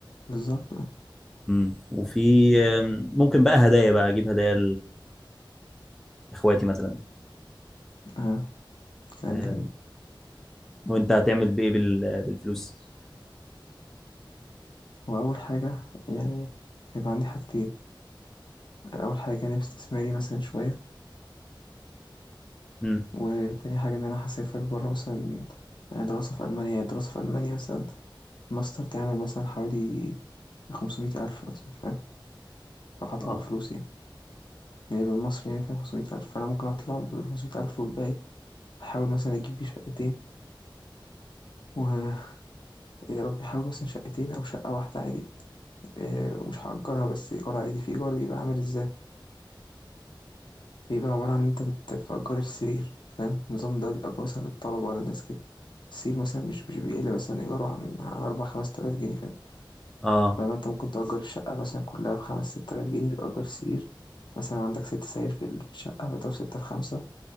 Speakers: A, on the left (about 60°); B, in the centre.
A: بالظبط
B: مم. وفي آم، ممكن بقى هدايا بقى اجيب هدايا لاخواتي مثلا
A: آه. كلام
B: آه،
A: جميل
B: وانت هتعمل بايه بال... بالفلوس
A: وأول حاجة يعني هيبقى عندي حاجتين أول حاجة جانب استثماري مثلا شوية
B: مم.
A: وتاني حاجة إن أنا هسافر برا مثلا يعني دراسة في ألمانيا يعني دراسة في ألمانيا مثلا ماستر تعمل مثلا حوالي خمسمية ألف مثلا فاهم لو هطلع
B: اه
A: بفلوس يعني يعني بالمصري يعني فيها خمسمية ألف فأنا ممكن أطلع بخمسمية ألف والباقي أحاول مثلا أجيب بيه شقتين ويا رب أحاول مثلا شقتين أو شقة واحدة عادي آه، مش هأجرها بس إيجار عادي في إيجار بيبقى عامل إزاي بيبقى عبارة عن إن أنت بت- بتأجر السرير فاهم النظام ده بيأجر مثلا للطلبة للناس كده السرير مثلا مش مش بيقل مثلا إيجاره عن عن أربع خمس تلاف جنيه فاهم
B: اه
A: فما انت ممكن تأجر الشقة مثلا كلها بخمس ست آلاف جنيه بتأجر سرير مثلا عندك ست سرير في الشقة فده في ستة في خمسة